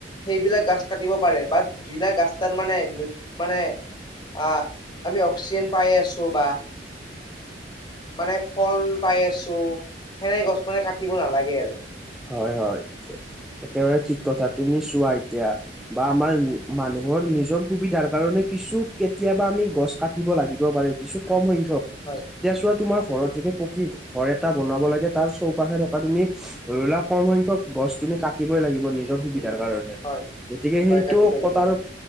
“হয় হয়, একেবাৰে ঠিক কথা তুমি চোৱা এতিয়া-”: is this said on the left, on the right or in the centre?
Centre